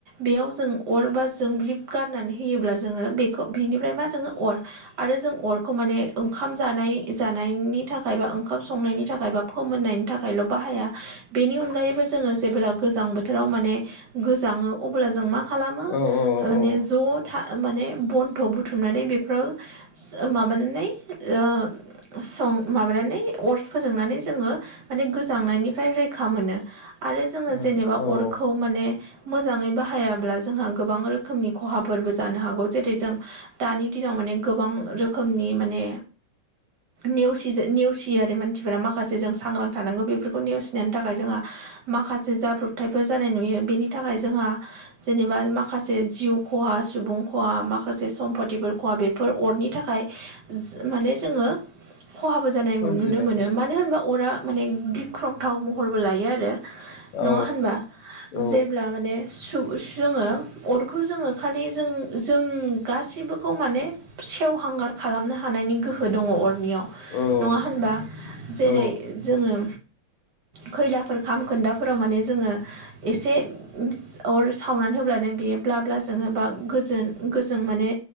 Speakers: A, on the right; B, on the left.
A: बेयाव जों अर बा जोंब्लिब गारनानै होयोब्ला जोङो बेखौ बिनिफ्राय मा जोङो अर आरो जों अरखौ माने ओंखाम जानाय जानायनि नि थाखाय बा ओंखाम संनायनि थाखाय बा फोमोननायनि थाखायल' बाहाया। बेनि अनगायैबो जोङो जेब्ला गोजां बोथोराव माने गोजाङो अब्ला जों मा खालामो
B: औ औ
A: माने
B: औ
A: ज' था माने बन्थ' बुथुमनानै बेफोराव माबानानै ओ सं माबानानै अर्स फोजोंनानै जोङो माने गोजांनायनिफ्राय रैखा मोनो। आरो जोङो
B: उम
A: जेनेबा
B: औ औ
A: अरखौ माने मोजाङै बाहायाब्ला जोंहा गोबां रोखोमनि खहाफोरबो जानो हागौ जेरै जों दानि दिनाव माने गोबां रोखोमनि माने नेवसि नेवसियो आरो मानसिफोरा माखासे जों सांग्रां थानांगौ बेफोरखौ नेवसिनायनि थाखाय जोंहा माखासे जाब्रबथायफोर जानाय नुयो बेनि थाखाय जोंहा जेनेबा माखासे जिउ खहा सुबुं खहा माखासे सम्पतिफोर खहा बेफोर अरनि थाखाय माने जोङो खहाबो जानाय
B: सोमजिनायखौ
A: नुनो मोनो
B: नुयो
A: मानो होनबा अरा माने गिख्रंथाव महरबो लायो आरो।
B: औ
A: नङा होनबा
B: औ
A: जेब्ला माने जोङो अरखौ जोङो खालि जों जों गासिबोखौ माने सेवहांगार खालामनो हानायनि गोहो दङ अरनियाव।
B: औ
A: नङा होनबा जेरै
B: औ
A: जोङो खैलाफोर खामखोन्दाफोराव माने जोङो एसे अर सावनानै होब्लानो बियो ब्ला ब्ला जोङो बा गोजोन गोजों माने